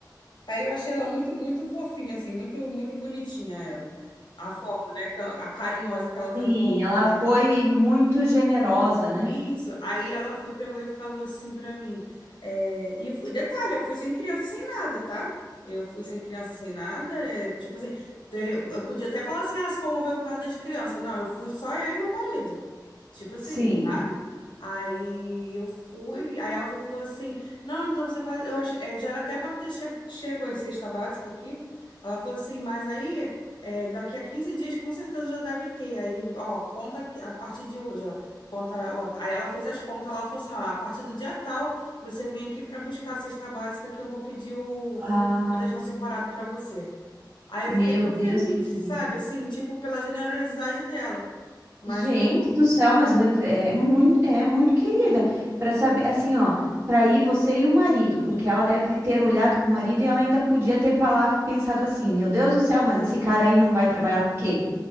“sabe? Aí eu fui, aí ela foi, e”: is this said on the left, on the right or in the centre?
Left